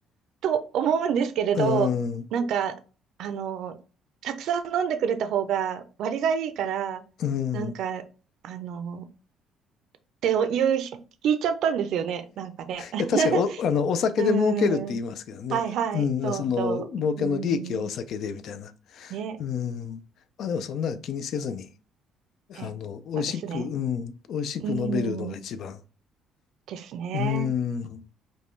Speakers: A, on the right (about 55°); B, on the left (about 50°).
A: と思うんですけれど、
B: うーん、
A: なんか、あの、たくさん飲んでくれた方が割がいいから、
B: うーん。
A: なんか、
B: <laughs> い
A: あの、っていうひ、聞いちゃったんですよね、なんかね。<laughs>
B: や、確かにお、あの、お酒で儲けるって言いますけどね。
A: うーん、はいはい、
B: うん、
A: そうそう。
B: その、儲けの利益はお酒で、
A: うーん
B: みたいな。
A: ね。
B: うん。まあでもそんなの気にせずに、
A: え、
B: あの、美味しく、
A: そうですね。
B: うん、美味しく飲めるのが一番。
A: うん。ですね。
B: うん。